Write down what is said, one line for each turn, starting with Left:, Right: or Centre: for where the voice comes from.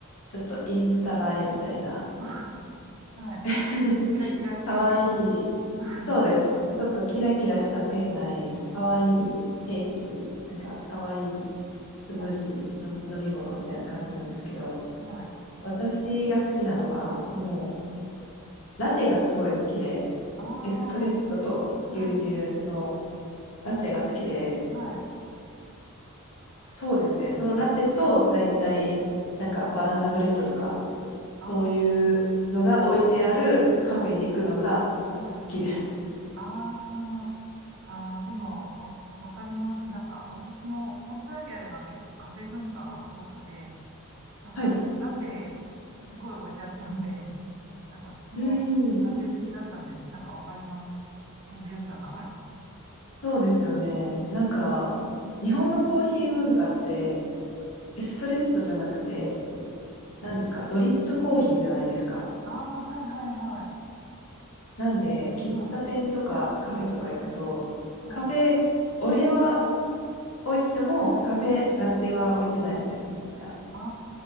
Left: ちょっとインスタ映えみたいな、
Right: あ、はい。
Left: <laughs>
Right: キラキラ系の。
Left: 可愛い
Right: はい。
Left: そうです。ちょっとキラキラした店内、かわいいケーキ、なんかかわいいスムージーの飲み物みたいな感じなんですけど、
Right: はい。はい。
Left: 私が好きなのは、も
Right: ま
Left: う、ラテがすごい好きで、
Right: ああ
Left: エスプレッソと牛乳の
Right: ーはい。
Left: ラテが好きで、
Right: うん。はい。あ
Left: そうですね。
Right: う
Left: そのラテと、だいたい、
Right: ん
Left: なんかバナナブレッドとか、
Right: あ
Left: そういうのが置いてあるカフェに行くのが
Right: ーはい。はい。
Left: 好きです。
Right: あーあー、あでも、わ、わかります。なんか、私も、オーストラリアでは結構カフェ文化がすごくて、なんか、
Left: はい。
Right: ラテ、すごい置いてあったんで、なんか私もラテ好きだったんで、
Left: うーん。
Right: なんかわかります。その良さが。
Left: そうですよね。
Right: うん
Left: なんか、日本のコーヒー文化って、エスプレッソじゃなくて、何ですか、ドリップコーヒーじゃないですか。
Right: ああ、はいはいはい。
Left: なんで、喫茶店とかカフェとか行くと、
Right: はい、はい、はい。
Left: カフェ、オレは置いてても、カフェ、ラテは置いてないみたいな。
Right: あ